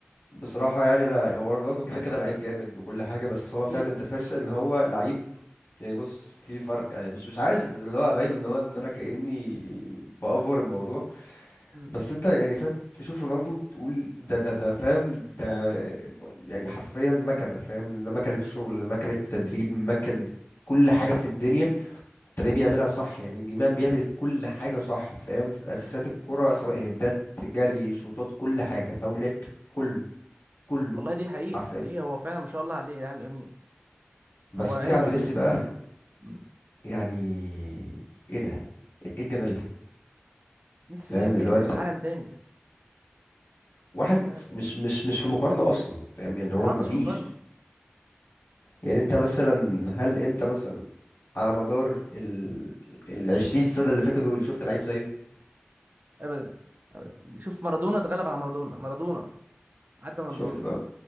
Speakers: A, on the left; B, on the right.
A: بصراحه يعني انا هو رونالدو كده كده لعيب جامد وكل حاجه بس هو فاهم
B: اكيد
A: انت تحس ان هو لعيب يعني بص في فرق يعني مش مش عايز اللي هو ابين ان هو ان انا كاني بافور الموضوع
B: مم.
A: بس انت يعني فاهم تشوف رونالدو تقول ده ده ده فاهم ده يعني حرفيا مكنه فاهم لا مكنه شغل لا مكنه تدريب مكنه كل حاجه في الدنيا تلاقيه بيعملها صح يعني بيعمل بيعمل كل حاجه صح فاهم في اساسات الكره سواء هدات جري شوطات كل حاجه فاولات كله كله
B: والله دي حقيقه
A: حرفيا
B: حقيقه هو فعلا ما شاء الله عليه لاعب جميل
A: بس
B: هو يعني
A: تيجي عند
B: هو يعني
A: ميسي بقى
B: مم.
A: يعني ايه ده ايه إيه الجمال ده
B: ميسي
A: فاهم
B: لعب لعب
A: اللي هو انت
B: عالم تاني
A: واحد
B: ميسي عالم تاني
A: مش مش مش في مقارنه اصلا فاهم يعني
B: ما
A: هو
B: تحطش
A: مفيش
B: في مقارنه
A: يعني انت مثلا هل انت مثلا على مدار ال العشرين سنة اللي فاتوا دول شفت لعيب زيه
B: ابدا ابدا شوف مارادونا تغلب على مارادونا مارادونا عدى مارادونا
A: شفت بقى